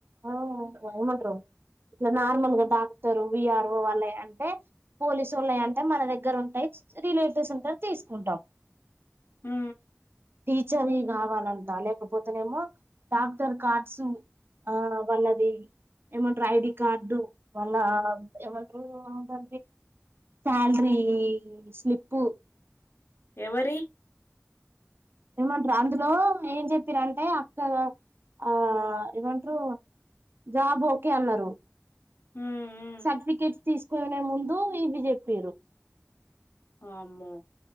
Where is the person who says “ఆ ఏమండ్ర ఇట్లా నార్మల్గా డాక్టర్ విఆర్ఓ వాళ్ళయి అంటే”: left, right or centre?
Right